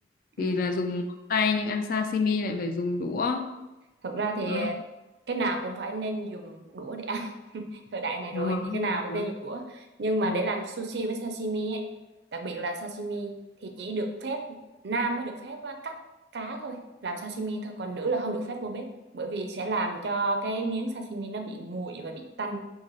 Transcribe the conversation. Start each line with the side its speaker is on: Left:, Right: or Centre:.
Right: Ừm,
Left: thì là dùng ngón tay nhưng ăn sashimi lại phải dùng đũa
Right: thật ra thì
Left: đó
Right: cái nào cũng phải nên dùng đũa để ăn thời đại này rồi
Left: Ờ, ờ,
Right: thì cái nào cũng
Left: ờ.
Right: nên dùng đũa nhưng mà
Left: Ừ.
Right: để làm sushi với sashimi ấy, đặc biệt là sashimi thì chỉ được phép nam mới được phép á, cắt cá thôi làm sashimi thôi còn nữ là không được phép vô bếp bởi vì sẽ làm cho cái miếng sashimi nó bị nguội và bị tanh